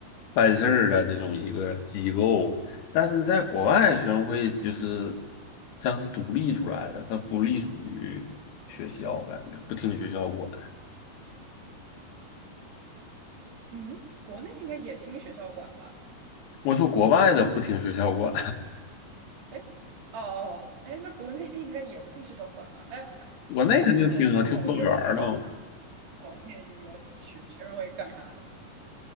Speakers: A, on the left (about 80°); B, on the right (about 85°).
A: 办事儿的这种一个机构，但是在国外学生会就是像是独立出来的，它不隶属于学校，感觉不听学校管。
B: 嗯，国内应该也听学校管吧？
A: 我说国外的不听学校管，
B: 哎，哦哦，哎，那国内应该也不听学校管吧？哎呀，
A: <laughs> 国内肯定听啊，
B: 呃，无所谓，
A: 听辅导员儿的。
B: 我真不知道国内这个学学生会干啥的。